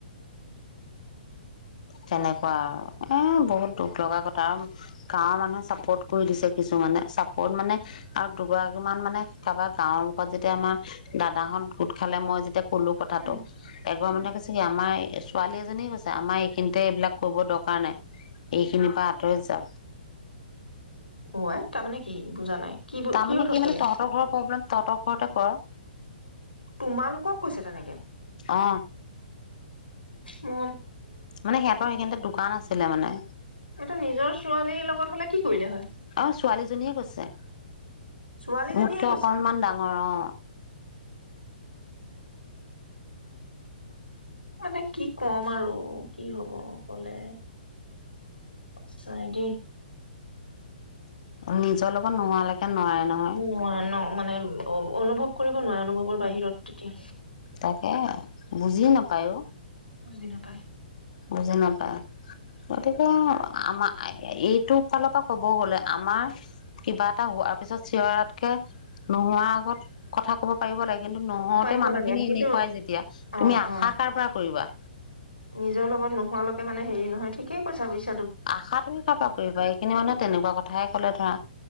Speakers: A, on the left; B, on the left.
A: তেনেকুৱা আৰু এ বহুত দুখ লগা কথা আৰু গাঁৱৰ মানুহে চাপোৰ্ট কৰি দিছে কিছু মানে চাপোৰ্ট মানে আৰু দুগৰাকী মান মানে কাৰোবাৰ গাঁৱৰ মুখত যেতিয়া আমাৰ দাদাহত গোট খালে মই যে এতিয়া ক'লো কথাটো
B: উম
A: এগৰা
B: উম
A: মানুহে কৈছে কি আমাৰ ছোৱালী এজনী কৈছে আমাৰ এই খিনিত দে এইবিলাক কব দৰকাৰ নাই এইখিনিৰ পৰা আঁতৰি যা
B: অ আই তাৰ মানে কি বুজা নাই কি
A: তাৰমানে
B: অৰ্থত
A: কি মানে
B: কলে
A: তহঁতৰ ঘৰৰ প্ৰব্লেম তহতৰ ঘৰতে কৰা
B: তোমালোকক কৈছো তেনেকে
A: অ
B: ম
A: মানে সিহঁতৰ সেইিনতে দোকান আছে তেনে মানে
B: এইটো নিজৰ ছোৱালীৰ লগত হলে কি কৰিলে হয়।
A: অ ছোৱালীজনীয়ে কৈছে
B: ছোৱালীজনীয়ে
A: তে মোতকে
B: কৈছে।
A: অকনমান ডাঙৰ অ
B: মানে কি কম আৰু কি হব কলে চৰি দে
A: নিজৰ লগত নোহালৈকে নোৱাৰে নহয়
B: নোৱাৰা ন মানে অ অনুভৱ কৰিব নোৱাৰে অনুভৱৰ বাহিৰত তেতিয়া
A: তাকে বুজি নাপায়ো
B: বুজি নাপায়
A: বুজি নাপায় গতিকে আমাৰ এইটো ফালৰ পৰা কব গলে আমাৰ কিবা এটা হোৱাৰ পিছত চিঞৰাতকে নোহোৱাৰ আগত কথা কব পাৰিব লাগে কিন্তু নহওতে
B: পাৰিব
A: মানুহখিনি
B: লাগে কিন্তু
A: এনেক খুৱাই যেতিয়া
B: অ
A: তুমি আশা
B: অ
A: কাৰ পৰা কৰিবা
B: নিজৰ লগত নোহোৱালৈকে মানে হেৰি নহয় ঠিকেই কৈছা বুজিছ
A: আশা তুমি কাৰ পৰা কৰিবা এইখিনি মানে তেনেকুৱা কথাহে ক'লে ধৰা